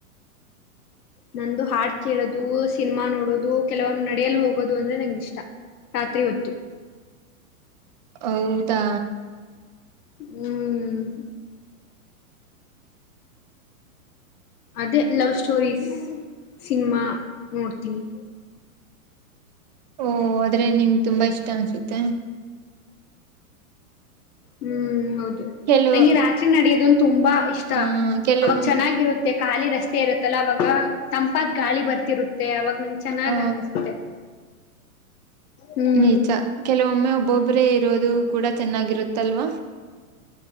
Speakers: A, on the left; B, on the right.
A: ನಂದು ಹಾಡು ಕೇಳೋದು ಸಿನಿಮಾ ನೋಡೋದು ಕೆಲವೊಮ್ಮ್ ನಡೆಯಲ್ ಹೋಗೋದು ಅಂದ್ರೆ ನಂಗ ಇಷ್ಟ ರಾತ್ರಿ ಹೊತ್ತು
B: ಹೌದಾ
A: ಹ್ಮ್ ಅದೇ ಲವ್ ಸ್ಟೋರೀಸ್ ಸಿನಿಮಾ ನೋಡ್ತೀನಿ
B: ಓ ಆದ್ರೆ ನಿಮ್ ತುಂಬಾ ಇಷ್ಟ ಅನ್ಸುತ್ತೆ
A: ಹ್ಮ್ ಹೌದು
B: ಕೆಲವು
A: ರಾತ್ರಿ ನಡಿಯೋದಂದು ತುಂಬಾ ಷ್ಟ
B: ಹ್ಮ ಕೆಲವು
A: ಅವಾಗ ಚೆನ್ನಾಗಿರುತ್ತೆ ಮತ್ತೆ ಖಾಲಿ ರಸ್ತೆ ಇರುತ್ತಲ್ಲ ಅವವಾಗ ತಂಪತ್ ಗಾಳಿ ಬರ್ತಿರುತ್ತೆ ಮ ಅವಾಗ ನಿಮ ಚೆನ್ನಾಗ್
B: ಹ
A: ಅನ್ಸುತ್ತೆ ಹ್ಮ್
B: ನಿಜ ಕೆಲವೊಮ್ಮೆ ಒಬ್ಬೊಬ್ರೇ ಇರೋದು ಕೂಡ ಚೆನ್ನಾಗಿರುತ್ತಲ್ವಾ